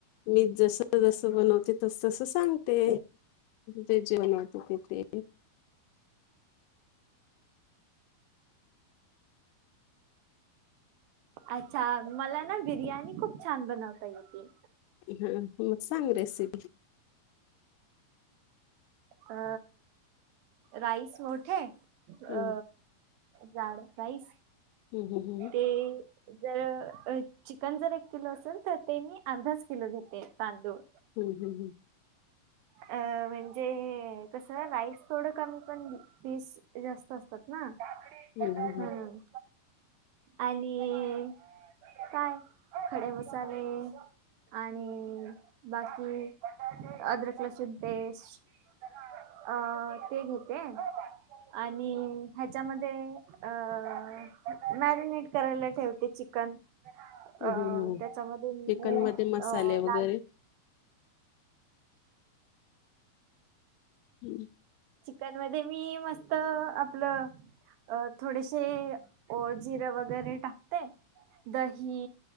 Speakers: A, on the left; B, on the right.
A: मी जस जसं बनवते तस तसं सांगते तेच जेवन होत ते
B: अच्छा मला ना बिर्याणी खूप छान बनवता येते
A: हा म सांग रेसिपी
B: अ राईस मोठे
A: हम्म
B: अ जाड राईस
A: हम्म
B: ते जर चिकन जर एक किलो असेल तर ते मी अर्धाच किलो घेते तांदूळ
A: हम् हम हम
B: अ म्हणजे कसं राईस थोडं कमी पण पीस जास्त असतात ना हम
A: हम्म हम्म हम्म
B: हम आणि काय खडे मसाले मसाले आणि बाकी अदरक, लसूण पेस्ट अ ते घेते आणि ह्याच्यामध्ये अ मॅगनेट करायला ठेवते चिकन अं
A: हम्म हम्म हम्म
B: त्याच्यामध्ये मी
A: चिकन मध्ये मसाले
B: अ लाल
A: वगैरे हम्म
B: चिकन मध्ये मी मस्त आपलं अ थोडेसे ओ जिरं वगैरे टाकते. दही,